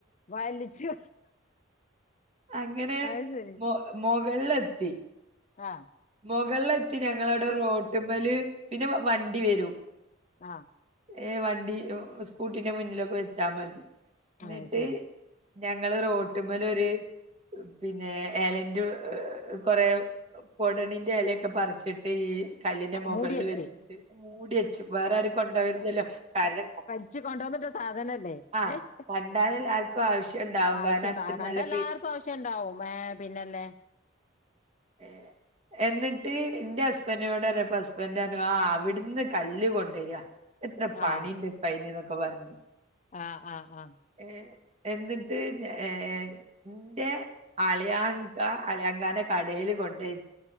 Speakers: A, on the left; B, on the right.
A: വലിച്ചു
B: അങ്ങനെ
A: അത് ശരി
B: മൊകളിലെത്തി
A: ആഹ്
B: മുകളിലെത്തി ഞങ്ങളവിടെ റോട്ട്മല് പിന്നെ വണ്ടി വരും
A: ആഹ്
B: ഏ വണ്ടി സ്കൂട്ടീന്റെ മുന്നിലൊക്കെ വെച്ചാ മതി എന്നിട്ട്
A: ആഹ് ശരി
B: ഞങ്ങള് റോട്ടുമ്മലൊര് പിന്നെ എലന്റ് ഏഹ് കൊറേ ഒടണിന്റെ എലേക്കെ പറിച്ചിട്ട് ഈ കല്ലിന്റെ മൊകൾല്
A: മൂടിയച്ച്
B: വെച്ചിട്ട് മൂടി വച്ചു വേറെ ആരും കൊണ്ടോവരുതല്ലോ കാരണം
A: ഇജ്ജ് കൊണ്ടുവന്നിട്ട സാധനല്ലേ
B: ആഹ്
A: ഏഹ്
B: കണ്ടാല് എല്ലാർക്കും ആവശ്യം ഉണ്ടാവും
A: ആവശ്യണ്ട
B: കാരണം അത്ര
A: അഹ് കണ്ട
B: നല്ല
A: എല്ലാർ ഇപ്രാവശ്യോം ഇണ്ടാവും മേ പിന്നല്ലെ
B: ഏ എന്നിട്ട് ഇന്റെ ഹസ്ബന്റിനോട് പറഞ്ഞപ്പ ഹസ്ബൻഡ് പറഞ്ഞു ആഹ് അവിടുന്ന് കല്ല് കൊണ്ടുവര്യാ എത്ര പണിണ്ട്
A: ആഹ്
B: പനി എന്നൊക്കെ പറഞ്ഞ്
A: ആഹ് ആഹ് ആഹ്
B: എഹ് എന്നിട്ട് ഏഹ് ഇന്റെ അളിയാങ്ക അളിയാങ്കാന്റെ കടേൽ കൊണ്ടെ